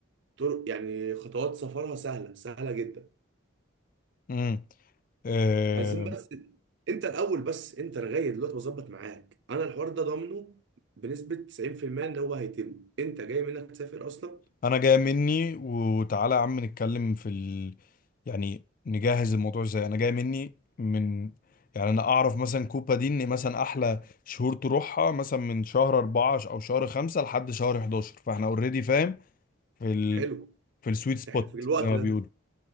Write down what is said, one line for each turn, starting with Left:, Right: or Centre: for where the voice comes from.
Right: طرق يعني خطوات سفرها سهله سهله جدا
Left: مم. آه،
Right: عايزين بس انت الاول بس انت لغايه دلوقتي بظبط معاك انا الحوار ده ضامنه بنسبه 90% ان هو هيتم انت جاي منك تسافر اصلا
Left: انا جاي مني وتعالى يا عم نتكلم في ال... يعني نجهز الموضوع ازاي انا جاي مني من يعني انا اعرف مثلا كوبا دي ان مثلا احلى شهور تروحها مثلا من شهر أربعة او شهر خمسة لحد شهر 11 فاحنا اوريدي فاهم في ال...
Right: حلو
Left: في السويت سبوت
Right: احنا في الوقت
Left: زي ما
Right: ده
Left: بيقولوا